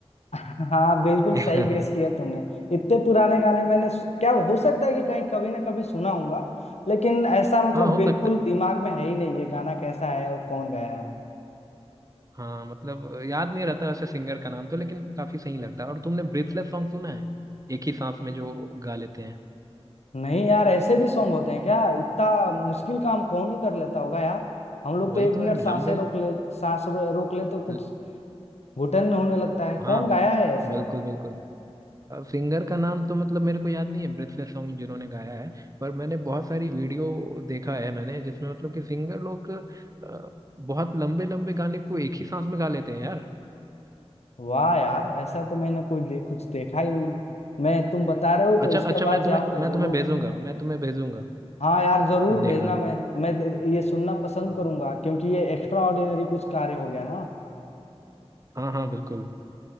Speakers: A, on the left; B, on the right.
A: हाँ बिल्कुल
B: <laughs>
A: सही गेस किया तुमने इतने पुराने गाने मैंने सु- क्या हो सकता है कि कहीं कभी ना कभी सुना होगा लेकिन ऐसा मतलब
B: हाँ हो
A: बिल्कुल
B: सकता है
A: दिमाग में है ही नहीं ये गाना कैसा है और कौन गाया है
B: हाँ मतलब याद नहीं रहता वैसे सिंगर का नाम तो लेकिन काफी सही लगता है और तुमने ब्रीथलेस सॉन्ग सुना है एक ही सांस में जो गा लेते हैं
A: नहीं यार ऐसे भी सॉन्ग होते हैं क्या इतना मुश्किल काम कौन ही कर लेता होगा यार हम लोग
B: वही
A: तो एक मिनट
B: तो यार
A: सांसें
B: लंबे ल...
A: रोक ले सांस रो, रोक ले तो कुछ
B: ल-
A: घुटन होने लगता है
B: हाँ
A: कौन गाया है ऐसे
B: बिल्कुल बिल्कुल अब सिंगर का नाम तो मतलब मेरे को याद नहीं है ब्रीथलेस सॉन्ग जिन्होंने गाया है पर मैंने बहुत सारी वीडियो देखा है मैंने जिसमें मतलब कि सिंगर लोग अ, बहुत लंबे लंबे गाने को एक ही सांस में गा लेते हैं यार
A: वाह यार ऐसा तो मैंने कोई दे, कुछ देखा ही नहीं मैं तुम बता रहे हो तो
B: अच्छा
A: इसके
B: अच्छा मैं
A: बाद जाऊंगा
B: तुम्हें
A: जरूर
B: मैं तुम्हें भेजूंगा मैं तुम्हें भेजूंगा
A: हाँ यार जरूर
B: तुम देखना
A: भेजना मैं मैं द- ये सुनना पसंद
B: हाँ
A: करूंगा क्योंकि ये एक्स्ट्रा ऑर्डिनरी कुछ कार्य हो गया ना
B: हाँ हाँ बिल्कुल